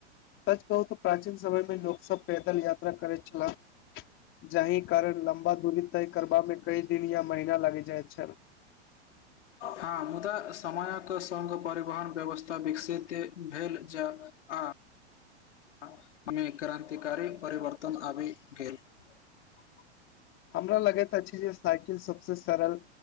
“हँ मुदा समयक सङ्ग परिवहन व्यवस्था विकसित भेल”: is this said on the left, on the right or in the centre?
Left